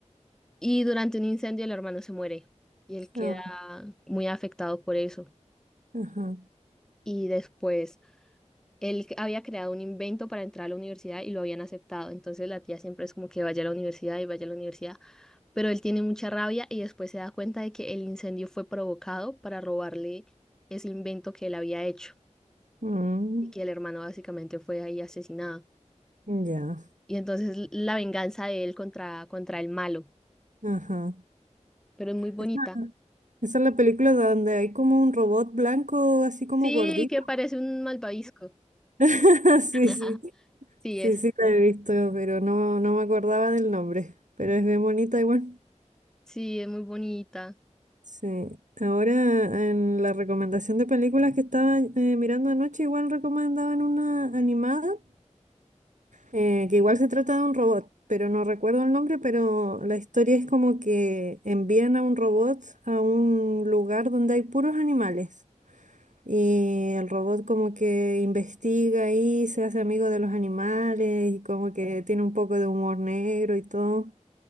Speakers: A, in the centre; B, on the right (about 80°).
A: Y durante un incendio el hermano se muere y él queda
B: Ah,
A: muy afectado por eso.
B: ajá.
A: Y después Él había creado un invento para entrar a la universidad y lo habían aceptado. Entonces la tía siempre es como que vaya a la universidad y vaya a la universidad. Pero él tiene mucha rabia y después se da cuenta de que el incendio fue provocado para robarle ese invento que él había hecho
B: Mm,
A: y que el hermano básicamente fue ahí asesinado.
B: ya.
A: Y entonces la venganza de él contra, contra el malo.
B: Ajá.
A: Pero es muy bonita.
B: Esa esa es la película donde hay como un robot blanco así como
A: Sí,
B: gordito.
A: que parece un malvavisco.
B: <laughs>
A: <laughs>
B: Sí, sí.
A: Sí,
B: Sí,
A: es.
B: sí, la he visto, pero no, no me acordaba del nombre. Pero es bien bonita igual.
A: Sí, es muy bonita.
B: Sí. Ahora en la recomendación de películas que estaba eh, mirando anoche, igual recomendaban una animada, eh, que igual se trata de un robot, pero no recuerdo el nombre, pero la historia es como que envían a un robot a un lugar donde hay puros animales. Y el robot como que investiga ahí, se hace amigo de los animales y como que tiene un poco de humor negro y todo.